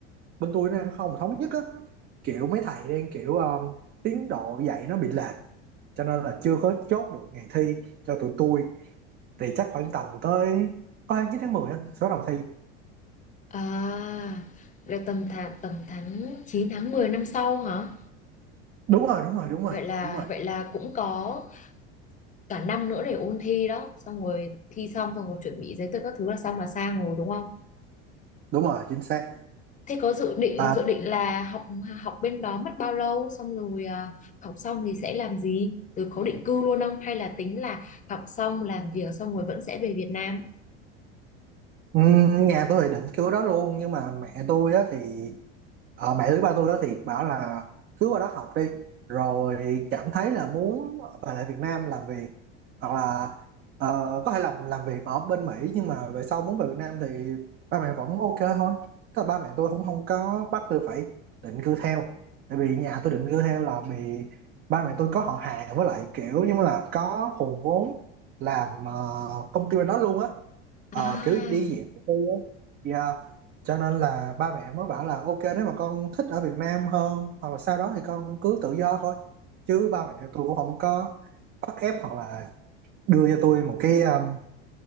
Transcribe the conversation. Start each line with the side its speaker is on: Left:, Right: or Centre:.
Right: bên tôi nó đang không thống nhất á kiểu mấy thầy đang kiểu ờ, tiến độ dạy nó bị lệch cho nên là chưa có chốt được ngày thi cho tụi tôi thì chắc khoảng tầm tới có 29 tháng 10 á sẽ bắt đầu thi
Left: À, là tầm tháng tầm tháng 9 tháng 10 năm sau hả?
Right: đúng rồi đúng rồi đúng
Left: Vậy
Right: rồi
Left: là
Right: đúng rồi
Left: vậy là cũng có cả năm nữa để ôn thi đó, xong rồi thi xong xong rồi chuẩn bị giấy tờ các thứ là xong là sang rồi đúng không?
Right: đúng rồi chính xác
Left: Thế có dự định
Right: đấy
Left: dự định là học học bên đó mất bao lâu xong rồi à, học xong thì sẽ làm gì? Từ có định cư luôn không hay là tính là học xong làm việc xong rồi vẫn sẽ về Việt Nam?
Right: Ừm, nhà tôi thì định cứu đó luôn nhưng mà mẹ tôi á thì ờ, mẹ với ba tôi đó thì bảo là cứ qua đó học đi rồi cảm thấy là muốn về lại Việt Nam làm việc hoặc là ờ, có thể làm làm việc ở bên Mỹ nhưng mà về sau muốn về Việt Nam thì ba mẹ vẫn ok thôi tức là ba mẹ tôi cũng không có bắt tôi phải định cư theo tại vì nhà tôi định cư theo là bị ba mẹ tôi có họ hàng với lại kiểu như là có hùn vốn làm ờ, công ty bên đó luôn á
Left: À.
Right: Ờ, kiểu đi dạng tự tư á yeah. cho nên là ba mẹ mới bảo là ok nếu mà con thích ở Việt Nam hơn hoặc là sau đó thì con cứ tự do thôi chứ ba mẹ tôi cũng không có bắt ép hoặc là đưa cho tôi một cái um,